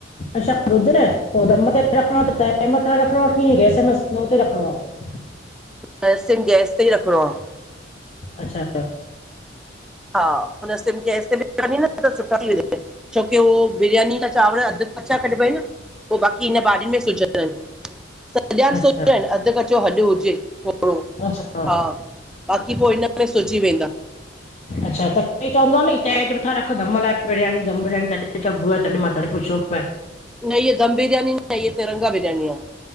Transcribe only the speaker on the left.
अ्छा ॿुध न, पोइ दम ते रखिणो आहे त, तए मथ रखिणो आहे की, गैस में स्लो ते रखिणो आहे?
अचछा
अच्छा
अच्छा
अच्छा तॾी चवंदो न त मथां रखधम लाइ बिरयानी, दम बिरयानी तॾहिं चबो आहे तॾहिं मां तॾहिं पुछो।